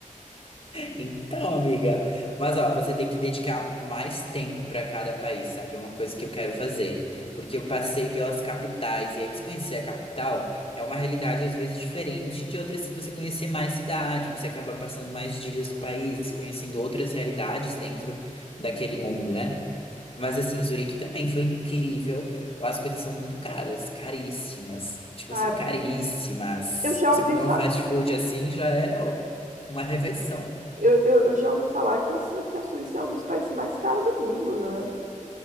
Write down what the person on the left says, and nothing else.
Então, amiga, mas ó, você tem que dedicar mais tempo para cada país, sabe? É uma coisa que eu quero fazer, porque eu passei pelas capitais e aí você conhecer a capital é uma realidade às vezes diferente de outras, se você conhecer mais cidade, você acaba passando mais dias no país, conhecendo outras realidades dentro daquele mundo, né? Mas assim, Zurique também foi incrível. Lá as coisas são muito caras, caríssimas. Tipo
assim, caríssimas.
Você
comer
um fast food assim já é ó, uma refeição.